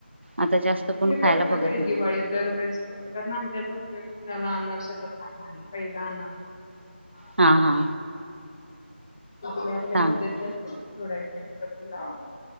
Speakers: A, on the right; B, on the left.
A: आता जास्त कोण
B: मी
A: खायला
B: करतोय
A: बघत
B: बाई
A: नाही
B: दिवाळीत दरवेेळेस करतोय, कारण आमच्यात लक्ष्मीपू- पुज्याला अनारशेचा पहिला मान आहे, पहिला अनारसे. त्यामुळं
A: हा
B: करते.
A: हा
B: आपल्या आपल्या
A: सांगते
B: पद्धती असतेत, सोडाय कुठं पण जावा म.